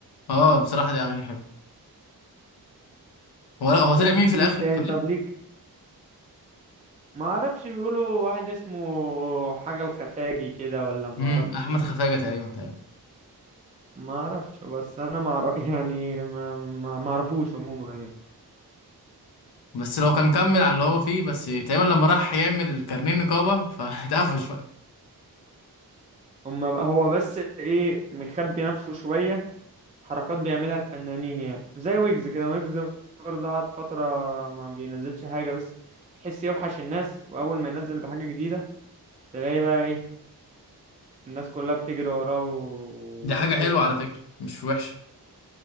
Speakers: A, on the left (about 75°); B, on the right (about 20°).
A: اه بصراحه دي اغاني حلوه هو هو طلع مين في
B: مين
A: الاخر
B: تاني
A: توليت
B: طب ليك ما اعرفش بيقولوا واحد اسمه حاجة الخفاجي كده ولا ما
A: امم
B: اعرفش
A: احمد خفاجه تقريبا تقريبا
B: ما اعرفش بس انا ما أعرف يعني ما ما ما اعرفوش عموما يعني
A: بس لو كان كمل على اللي هو فيه بس تقريبا لما راح يعمل الكارنيه نقابه <laughs> فاتقفش بقى
B: هما ب- هو بس ايه مخبي نفسه شوية حركات بيعملها الفنانين يعني زي ويجز كده ويجز برضه قعد فترة ما بينزلش حاجة بس تحس يوحش الناس واول ما ينزل بحاجة جديدة تلاقي بقى ايه الناس كلها بتجري وراه وبتسمع
A: دي حاجة حلوة على
B: بقى
A: فكرة مش وحشة